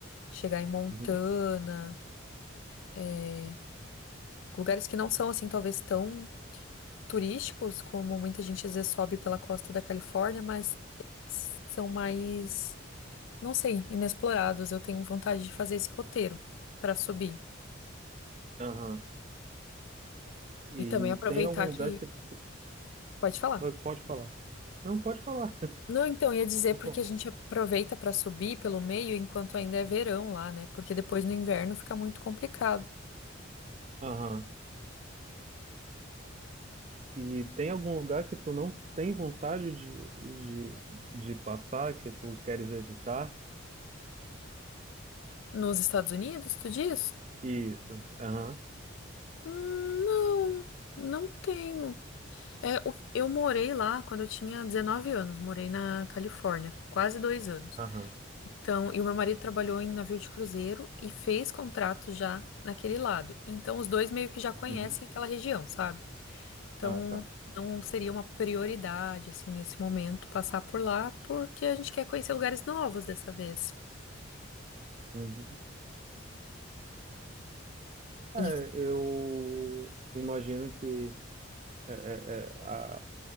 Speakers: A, on the left (about 70°); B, on the right (about 35°).
A: Chegar em Montana,
B: uhum,
A: é, lugares que não são assim talvez tão turísticos, como muita gente às vezes sobe pela costa da Califórnia, mas são mais, não sei, inexplorados. Eu tenho vontade de fazer esse roteiro para subir.
B: aham. E
A: E também aproveitar
B: tem algum lugar
A: que.
B: que você
A: Pode falar.
B: vai- pode falar? Não, pode falar,
A: Não, então, ia dizer
B: por
A: porque
B: favor.
A: a gente aproveita para subir pelo meio enquanto ainda é verão lá, né? Porque depois no inverno fica muito complicado.
B: Aham. E tem algum lugar que tu não tem vontade de, de, de passar, que tu queres evitar?
A: Nos Estados Unidos, tu diz?
B: Isso. Aham,
A: Hum, não, não tenho. É, o- eu morei lá quando eu tinha 19 anos, morei na Califórnia, quase dois anos.
B: aham.
A: Então, e o meu marido trabalhou em navio de cruzeiro e fez contrato já naquele lado. Então, os dois meio que já conhecem
B: Uhum.
A: aquela região, sabe? Então,
B: Ah, tá.
A: não seria uma prioridade, assim, nesse momento, passar por lá, porque a gente quer conhecer lugares novos dessa vez.
B: Uhum. É,
A: E
B: eu imagino que, é, é, é, a,